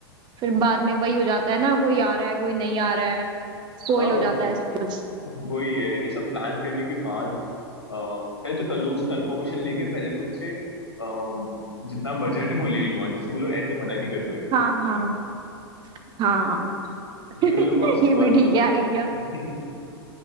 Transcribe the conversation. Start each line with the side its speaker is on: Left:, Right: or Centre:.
Right: फिर बाद में वही हो जाता है ना कोई आ रहा है कोई नहीं आ रहा है स्पॉइल
Left: हाँ
Right: हो जाता है सब कुछ
Left: वही है ये सब प्लान करने के बाद अ, पहले तो कल लोगों से कंफर्मेशन लेके पहले मैं उनसे अ, जितना बजट है वो ले लूंगा जिससे वो लोग एंड में मना ही नहीं कर पाएंगे
Right: हाँ हाँ हाँ <laughs>
Left: ये
Right: ये
Left: कर लूंगा उसके
Right: भी
Left: बाद
Right: ठीक
Left: तो
Right: है आइडिया
Left: <laughs>